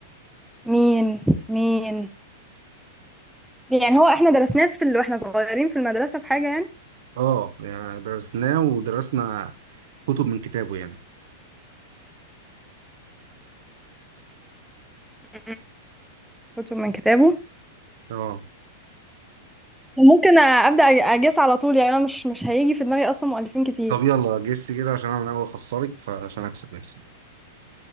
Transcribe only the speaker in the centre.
مين مين يعني هو احنا درسناه في ال... واحنا صغيرين في المدرسة في حاجة يعني
م- كتب من كتابه
ممكن أ- ابدا أج- اجس على طول يعني انا مش مش هيجي في دماغي اصلا مؤلفين كتير